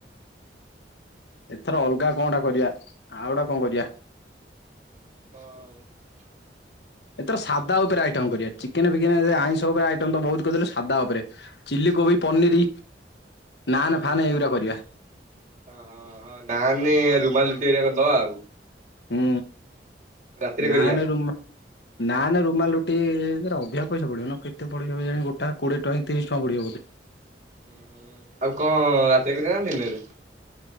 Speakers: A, on the left; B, on the right.
A: ଏଥର ଅଲଗା କଣ ଟା କରିବା। ଆଉ ଗୋଟେ କଣ କରିବା।
B: ଆଉ କଣ ଆଉ?
A: ଏଥର ସାଧା ଉପରେ ଆଇଟମ୍ କରିବା। ଚିକେନ୍ ଫିକେନ୍ ରେ ଆଇଁଷ ଉପରେ ଆଇଟମ୍ ତ ବୋହୁତ୍ କରି ଦେଲେ। ସାଧା ଉପରେ ଚିଲି କୋବି, ପନିର୍, ନାନ୍
B: ହୁଁ
A: ଫାନ୍ ଏଇଗୁରା କରିବା।
B: ହଁ ହଁ ହଁ। ନାନ୍ ନେ, ରୁମାଲ୍ ରୁଟି ହାରିକା କରିଦବା ଆଉ।
A: ହୁଁ।
B: ରାତିରେ
A: ନାନେ
B: କରିବା।
A: ରୁମାଲ୍ ନାନେ ରୁମାଲ୍ ରୁଟି ହେରା ଅଧିକ ପଇସା ପଡ଼ିବ। ନା କେତେ ପଡିବ କେଜାଣି। ଗୋଟା କୋଡ଼ିଏ ଟଙ୍କା କି ତିରିଶ ଟଙ୍କା ପଡ଼ିବ ବୋଧେ?
B: ହୁଁ ହୁଁ। ଆଉ କଣ ରାତିରେ କରିବା ନା ଦିନେରେ?